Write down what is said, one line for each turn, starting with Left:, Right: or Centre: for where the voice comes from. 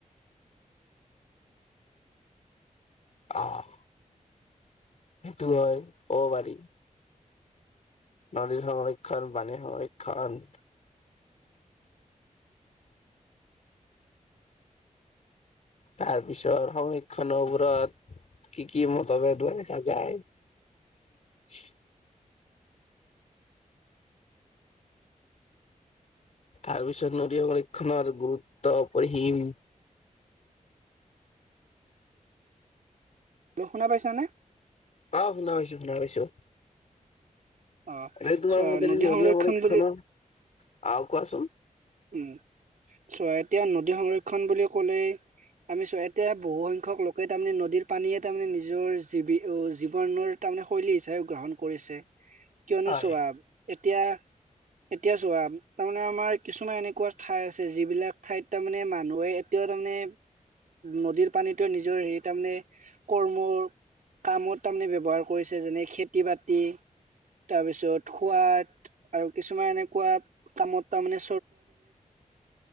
Left: আহ সেইটো হয় অ বাৰী। নদীৰ সংৰক্ষণ, পানীৰ সংৰক্ষণ, তাৰ পিছৰ সংৰক্ষণবোৰত কি কি মতভেদো দেখা যায় । তাৰপিছত নদী সংৰক্ষণৰ গুৰুত্ব পৰিসীম,
Right: শুনা পাইছানে?
Left: অ শুনা পাইছো, শুনা পাইছো,
Right: অ
Left: এনে তোমাৰ
Right: চোৱা
Left: মতে নদী
Right: সংৰক্ষণ
Left: সংৰক্ষণৰ
Right: বুলি
Left: আহ কোৱাচোন?
Right: উম চ এতিয়া নদী সংৰক্ষণ বুলি ক'লেই। আমি চোৱা এতিয়া বহু সং। শিক্ষক লোকে তাৰমানে নদীৰ পানীয়ে তাৰমানে নিজৰ জীৱ জীৱনৰ তাৰমানে শৈলী হিচাপে গ্ৰহণ কৰিছে । কিয়নো
Left: হয়
Right: স্বোৱাব। এতিয়া এতিয়া চোৱা তাৰমানে আমাৰ। কিছুমান এনেকুৱা ঠাই আছে যিবিলাক ঠাইত তাৰমানে ম। নোৱে এতিয়াও তামানে নদীৰ পানীতো নিজৰ হেৰি তামানে কৰ্মৰ কামত তামানে ব্যৱহাৰ কৰিছে। যেনে খেতি বাতি তাৰপিছত খোৱাত আৰু কিছুমানে এনেকুৱাত কামত তামানে